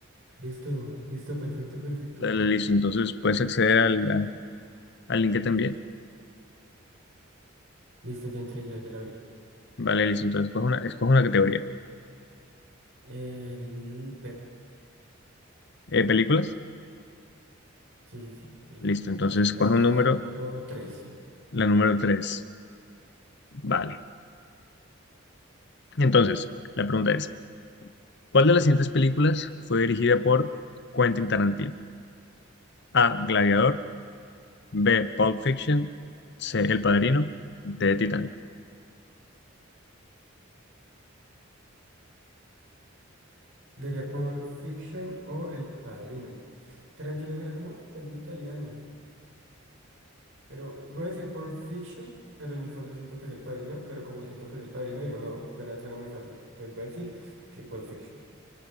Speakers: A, on the right; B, on the left.
A: Listo, listo, perfecto, perfecto.
B: Dale, listo. Entonces puedes acceder al, al- al link que te envié.
A: Listo, ya entré, ya, ya la abrí.
B: Vale, listo. Entonces escoge una, escoge una categoría.
A: El
B: Eh, ¿películas?
A: Sí, sí, sí, películas.
B: Listo. Entonces
A: La
B: coge un número,
A: número 3.
B: la número tres Vale. Entonces, la pregunta es, ¿cuál de las siguientes películas fue dirigida por Quentin Tarantino? A. Gladiador. B. Pulp Fiction. C. El Padrino. D. Titanic.
A: Diría Pulp Fiction o El Padrino. Tarantino suena como bastante italiano, pero voy a decir Pulp Fiction, pero en el fondo siento que es El Padrino, pero como siento que es El Padrino, digo, no, suena, suena muy fácil. Entonces voy a decir que Pulp Fiction.